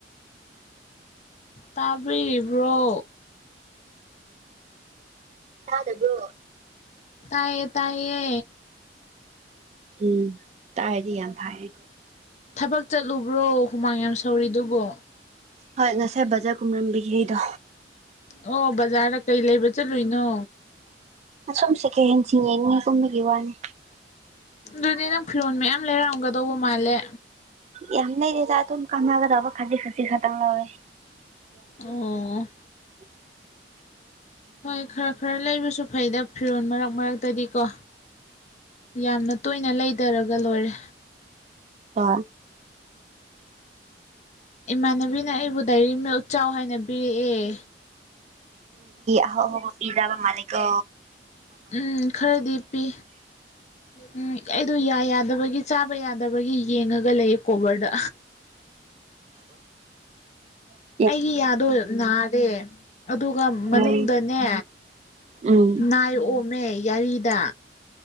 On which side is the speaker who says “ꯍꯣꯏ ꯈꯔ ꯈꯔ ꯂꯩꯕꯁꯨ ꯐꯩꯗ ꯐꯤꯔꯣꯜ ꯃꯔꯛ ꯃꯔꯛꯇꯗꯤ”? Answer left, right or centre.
Left